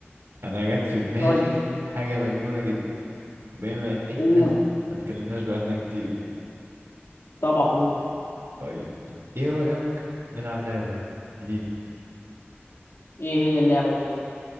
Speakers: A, on the right (about 80°); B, on the left (about 85°).
A: انا جت في دماغي
B: طيب
A: حاجة مجنونة جدا بما ان احنا
B: قول
A: ما اتكلمناش بقالنا كتير
B: طبعا قول
A: طيب ايه رأيك نلعب لعبة جديدة
B: ايه هي اللعبة طيب